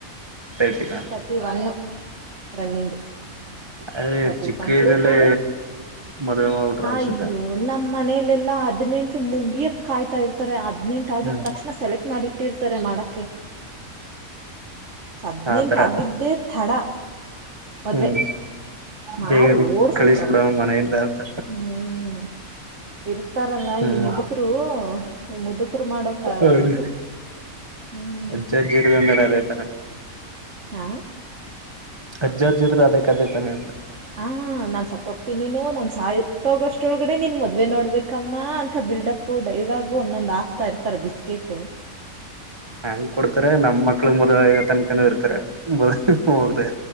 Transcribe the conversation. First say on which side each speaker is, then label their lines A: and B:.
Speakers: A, on the right; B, on the right.
A: ತರ್ಟಿನ
B: ಥರ್ಟಿ ಒನ್ನು ರನ್ನಿಂಗ್.
A: ಅದೇ
B: ಥರ್ಟಿ
A: ಚಿಕ್ಕ
B: ಕಂಪ್ಲಿಟೆಡ್
A: ಏಜಲ್ಲೇ ಮದುವೆ ಮಾಡ್ಬಿಟ್ರು ಅನ್ಸುತ್ತೆ
B: ಅಯ್ಯೋ ನಮ್ಮ ಮನಲೆಲ್ಲ ಹದಿನೆಂಟು ಮುಗಿಯಕ್ ಕಾಯ್ತಾ ಇರ್ತ ತರೆ ಹದ್ನನೆಂಟ ಆಗಿದ
A: ಹ್ಮ್
B: ತಕ್ಷಣ ಸೆಲೆಕ್ಟ್ ಮಾಡಿಟ್ಟಿರ್ತಾರೆ ಮಾಡಾಕ್ಕೆ ಹದ್ನೆಂಟ
A: ಆತರ
B: ಆಗಿದ್ದೇ ಥಡಾ ಮದ್ವೆ.
A: ಹ್ಮ್
B: ಮಾಡಿ
A: ಬೇಗ
B: ಓಡ್ಸ್ಬಿಟ್ರಂಗೆ
A: ಕಳಿಸಬಿಡೋಣ ಮನೆಯಿಂದ ಅಂತ
B: ಹ್ಮ್ ಇರ್ತಾರಲ್ಲ
A: ಹ್ಮ್
B: ಈ ಮುದುಕ್ರೂ ಈ ಮುದಕ್ <unintelligible> ಮಾಡೋಕ
A: ಹೌದು
B: ಇದು ಹ್ಮ್
A: ಅಜ್ಜ, ಅಜ್ಜಿ ಇದ್ರೇನೆ <unintelligible> ಎಟ್ ಚನ್ನಾಗಿ
B: ಹಾ
A: ಅಜ್ಜ, ಅಜ್ಜಿ ಇದ್ರ ಅದೇ ಕದೇ ತಾನೆ ಅಂದೆ.
B: ಹಾ ನಾನ್ ಸತ್ತ ಹೋಗ್ತೀನೇನೋ ನನ್ ಸಾಯತ್ಗೋಷ್ಟೊಳಗಡೆ ನಿನ್ ಮದ್ವೆ ನೋಡ್ಬೇಕಮ್ಮ ಅಂತ ಬಿಲ್ಡಪು ಡೈಲಾಗು ಒಂದೊಂದ್ ಆಗ್ತಾ ಇರ್ತಾರ ಬಿಸ್ಕೆಟು.
A: ಹೆಂಗ್ ಕೊಡ್ತಾರೆ ನಮ್ ಮಕ್ಳಗ್ ಮದುವ ತನಕನೂ ಇರ್ತಾರೆ. ಹೋಗ್ರೆ